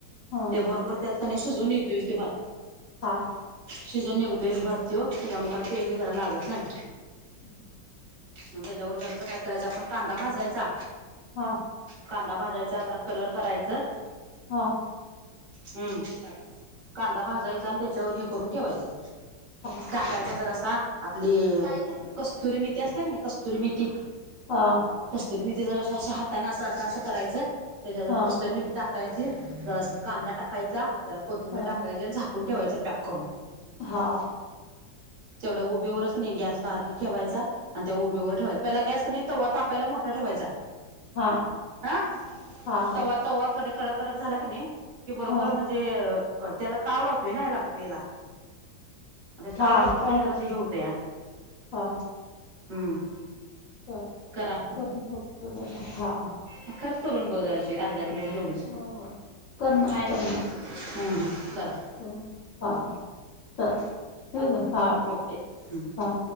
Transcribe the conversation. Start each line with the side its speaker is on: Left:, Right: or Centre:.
Left: ह
Right: ते बरोबर त्यात क नाय शिजवुन येतोयच त्यो भात.
Left: हा.
Right: शिजून निघतोयचं भात त्यो, त्याच्यामुळं काय ते हे कराय लागत नाही.
Left: <inaudible>
Right: मग त्याच्यावर जरासा काय करायचं आपण कांदा भाजायचा
Left: हा.
Right: कांदा भाजायचा, जरा कलर करायच.
Left: हा
Right: हम्म कांदा भाजायचा आणि त्याच्यावर हे करून ठेवायचं.
Left: हां.
Right: टायक जरसा आपली कस्तुरी मेथी असते का नाही, कस्तुरी मेथी
Left: हा हा
Right: कस्तुरी मेथी जराशा हाताने असं असं असं करायचं त्याच्या जरा
Left: हा
Right: कस्तुरी मेथी टाक कायची कांदा टाकायचा जरा कोथिंबीर
Left: हा
Right: टाकायची आणि झाकून ठेवायचा पॅक करून.
Left: हा.
Right: तेवढ्या उभेवरच क नाही गॅस बारीक ठेवायचा आणि त्या उभेवर ठेवायचा पहिला गॅस क नाही तवा तापायला मोठा ठेवायचा
Left: हा
Right: हा
Left: हा
Right: तवा तवा कडे कडक कडक झाला का नाही की बरोबर
Left: हा
Right: म्हणजे अ त्याला ताव लावतोय ना लागतो याला आता
Left: हा
Right: ताव लागोपर्यंत
Left: कळाले
Right: जरसा
Left: की
Right: हे होतया.
Left: हा.
Right: हम्म.
Left: का
Right: करा
Left: करून बघतो जरा हा.
Right: अ खरच करून बघायची अर्धा किलोची तेवढीच.
Left: होय होय करणार
Right: खायल
Left: करणार.
Right: हम्म हम्म करा.
Left: हो
Right: चालतंय
Left: हा चाल ठेवू का हा.
Right: ओके हम्म.
Left: हा